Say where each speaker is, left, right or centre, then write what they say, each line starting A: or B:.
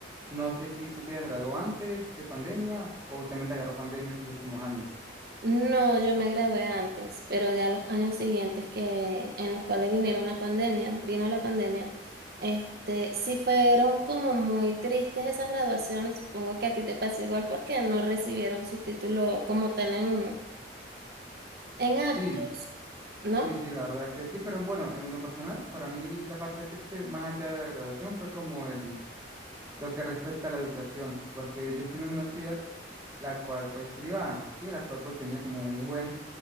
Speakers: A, on the right; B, on the right.
A: No sé si tú te has graduado antes de pandemia o también te agarró pandemia en tus últimos años.
B: No, yo me gradué antes, pero ya los años siguientes que en los cuales vinieron la pandemia, vino la pandemia, este, sí fueron como muy tristes esas graduaciones. Supongo que a ti te pasó igual porque no recibieron su título como tal en, en actos,
A: Sí,
B: ¿no?
A: sí, sí, la verdad que sí, pero bueno, en lo personal, para mí la parte triste más allá de la graduación fue como el lo que respecta a la educación, porque yo estoy en una universidad, la cual pues privada, ¿sí? La cual pues tenía como un buen,